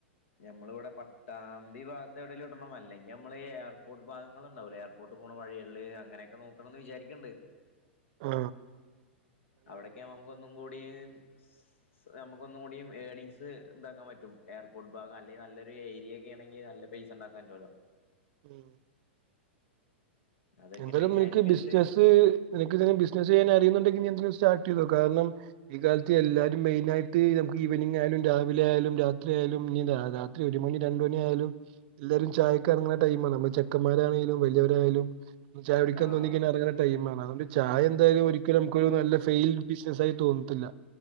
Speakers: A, on the left; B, on the right.
A: ഞമ്മള് ഇവടെ പട്ടാമ്പി ഭാഗത്തെവെടേലും ഇടണം അല്ലെങ്കി ഞമ്മളീ എയർപോർട്ട് ഭാഗങ്ങളുണ്ടാവൂലേ എയർപോർട്ട് പോണ വഴിയേള് അങ്ങനെയൊക്കെ നോക്കണന്ന്വിചാരിക്ക്ണ്ട്
B: ആ
A: അവിടെക്കെയാവുമ്പോ ഒന്നും കൂടീം സ് ഞമ്മക്ക് ഒന്നും കൂടീം ഏണിംഗ്സ് ണ്ടാക്കാൻ പറ്റും എയർപോർട്ട് ഭാഗം അല്ലെങ്കി നല്ലൊരു ഏരിയൊക്കെ ആണെങ്കിൽ നല്ല പൈസണ്ടാക്കാപറ്റോല്ലൊ
B: ഉം
A: അതെങ്ങനെ
B: എന്തായാലും
A: വിചാരിക്കണ്ട്
B: നിനക്ക് ബിസിനസ്സ് നിനകിങ്ങനെ ബിസിനസ്സ് ചെയ്യാൻ അറിയുനുണ്ടെങ്കിൽ നീയത് സ്റ്റാർടീതോ കാരണം ഈ കാലത്ത് എല്ലാരും മെയിനായിട്ട് നമുക്ക് ഈവനിംങ്ങായാലും രാവിലെ ആയാലും രാത്രിയാലും ഇഞ്ഞി രാത്രി ഒരു മണിരണ്ട്മണിആയാലും എല്ലാരും ചായക്കറങ്ങ്ണ ടൈമാണ് നമ്മൾ ചെക്കന്മാരാണേലും വല്യോരായാലും ചായ കുടിക്കാൻ
A: ആഹ്
B: തോന്നി കഴിഞ്ഞാ അറങ്ങ്ണ ടൈമാണ് അതോണ്ട് ചായ എന്തായാലും ഒരിക്കലും നമുക്ക് നല്ല ഫെയിൽഡ് ബിസിനസ്സായി തോന്നത്തില്ല